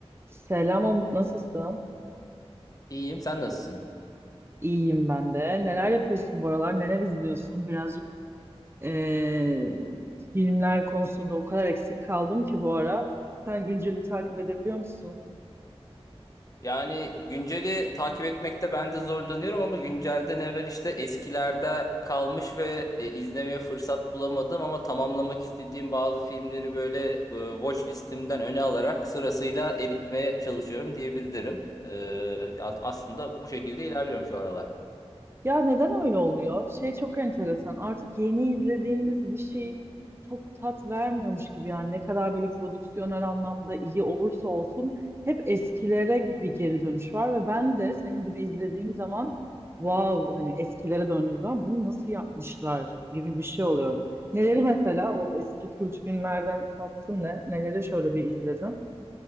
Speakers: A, on the right (about 20°); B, on the left (about 35°).
A: Selam Umut, nasılsın?
B: İyiyim, sen nasılsın?
A: İyiyim ben de. Neler yapıyorsun bu aralar? Neler izliyorsun? Birazcık eee, filmler konusunda o kadar eksik kaldım ki bu ara. Sen günceli takip edebiliyor musun?
B: Yani günceli takip etmekte ben de zorlanıyorum ama güncelden evvel işte eskilerde kalmış ve e, izlemeye fırsat bulamadım ama tamamlamak istediğim bazı filmleri böyle e, watch listimden öne alarak sırasıyla eritmeye çalışıyorum diyebilirim. E, ya- aslında bu şekilde ilerliyorum şu aralar.
A: Ya neden öyle oluyor? Şey çok enteresan. Artık yeni izlediğimiz bir şey çok tat vermiyormuş gibi yani ne kadar böyle prodüksiyonel anlamda iyi olursa olsun hep eskilere bir geri dönüş var ve ben de senin gibi izlediğim zaman wow hani eskilere döndüğüm zaman bunu nasıl yapmışlar gibi bir şey oluyorum. Neleri mesela o eski kült filmlerden kastın ne? Neleri şöyle bir izledim?